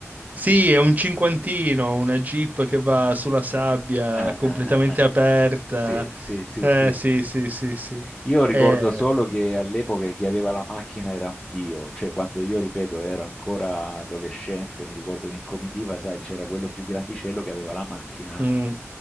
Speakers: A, on the right (about 35°); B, on the left (about 15°).
A: Sì, è un cinquantino, una Jeep che va sulla sabbia
B: Ah,
A: completamente
B: ah, ah, ah.
A: aperta.
B: Sì, sì, sì,
A: Eh,
B: sì.
A: sì, sì, sì, sì.
B: Io ricordo
A: Eh,
B: solo che all'epoca chi aveva la macchina era un dio, cioè quando io, ripeto, ero ancora adolescente, mi ricordo che in comitiva, sai, c'era quello più grandicello che aveva la macchina
A: mm,